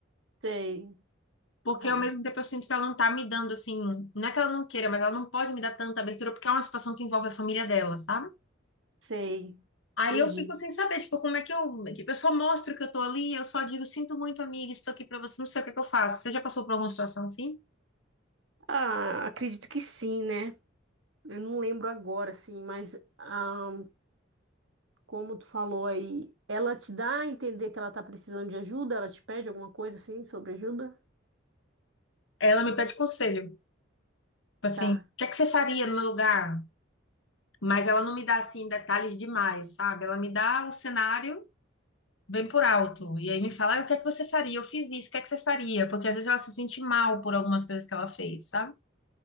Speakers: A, on the right; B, on the left.
A: sei,
B: Porque
A: tá,
B: ao mesmo tempo eu sinto que ela não tá me dando assim, não é que ela não queira, mas ela não pode me dar tanta abertura porque é uma situação que envolve a família dela, sabe?
A: sei,
B: Aí
A: entendi.
B: eu fico sem saber, tipo, como é que eu, tipo, eu só mostro que eu tô ali, eu só digo, sinto muito, amiga, estou aqui pra você, não sei o que é que eu faço. Você já passou por alguma situação assim?
A: Ah, acredito que sim, né? Eu não lembro agora, assim, mas ah, como tu falou aí, ela te dá a entender que ela tá precisando de ajuda? Ela te pede alguma coisa assim sobre ajuda?
B: Ela me pede conselho, tipo assim,
A: Tá,
B: o que é que você faria no meu lugar? Mas ela não me dá assim detalhes demais, sabe? Ela me dá o cenário bem por alto e aí me fala, "Ah, o que é que você faria? Eu fiz isso, o que é que você faria? Porque às vezes ela se sente mal por algumas coisas que ela fez, sabe?